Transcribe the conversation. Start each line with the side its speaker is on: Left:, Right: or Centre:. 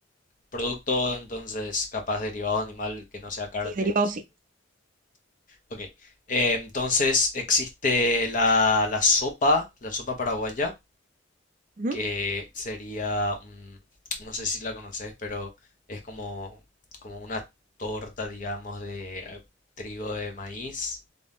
Left: producto entonces capaz derivado de animal que no sea carne,
Right: Sí, derivados
Left: sí.
Right: sí.
Left: Ok, eh, entonces existe la, la sopa, la sopa paraguaya,
Right: Ujú.
Left: que sería, un- no sé si la conoces, pero es como, como una torta, digamos, de eh, trigo de maíz,